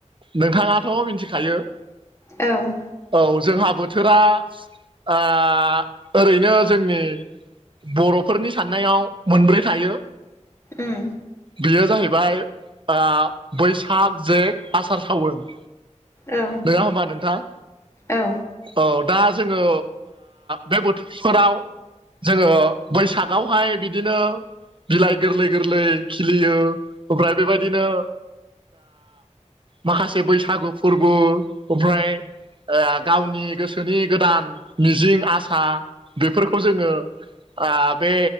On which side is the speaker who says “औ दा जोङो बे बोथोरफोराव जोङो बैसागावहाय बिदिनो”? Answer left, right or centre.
Right